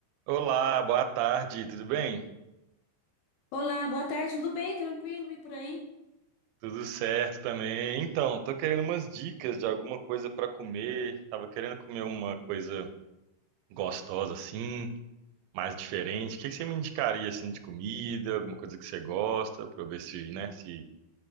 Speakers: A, on the right (about 85°); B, on the left (about 75°).
A: Olá, boa tarde, tudo bem?
B: Olá, boa tarde, tudo bem? Tranquilo e por aí?
A: Tudo certo também. Então, tô querendo umas dicas de alguma coisa para comer. Tava querendo comer uma coisa gostosa assim, mais diferente. O que que você me indicaria assim de comida, alguma coisa que você gosta, para eu ver se, né, se